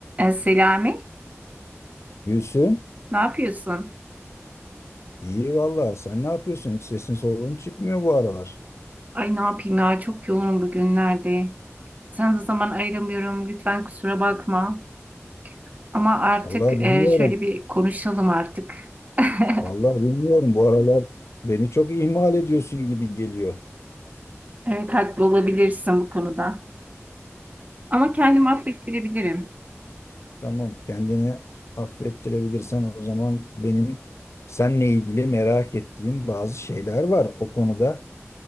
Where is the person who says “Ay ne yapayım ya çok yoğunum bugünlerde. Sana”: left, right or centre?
Right